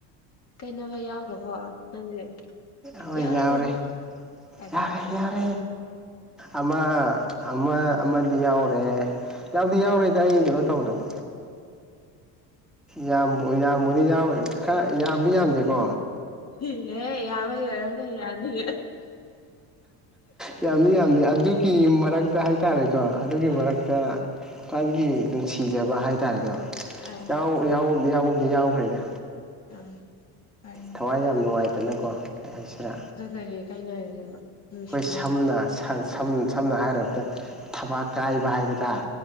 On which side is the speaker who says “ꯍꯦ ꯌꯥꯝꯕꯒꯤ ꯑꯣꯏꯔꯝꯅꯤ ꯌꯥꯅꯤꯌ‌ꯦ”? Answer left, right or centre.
Left